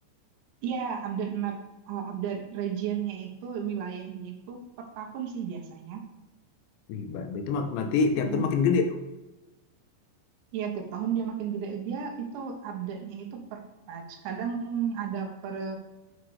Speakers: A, on the right; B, on the left.
A: Iya, update map, uh, update regionnya itu, wilayahnya itu per tahun sih biasanya.
B: Wih, ba- itu mak- berarti tiap
A: Hmm.
B: tahun makin gede.
A: Iya, tiap tahun dia makin gede. Dia itu update-nya itu per patch. Kadang ada per